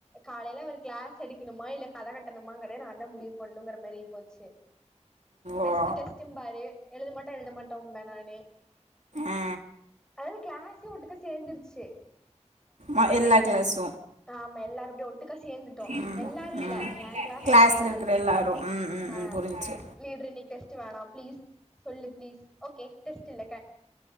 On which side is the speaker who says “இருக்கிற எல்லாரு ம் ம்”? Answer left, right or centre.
Right